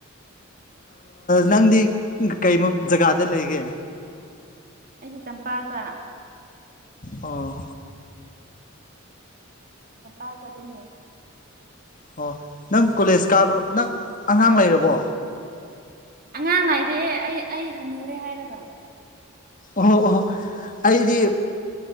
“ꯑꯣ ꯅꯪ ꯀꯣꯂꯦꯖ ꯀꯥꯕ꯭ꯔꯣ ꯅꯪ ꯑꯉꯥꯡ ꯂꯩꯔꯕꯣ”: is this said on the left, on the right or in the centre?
Left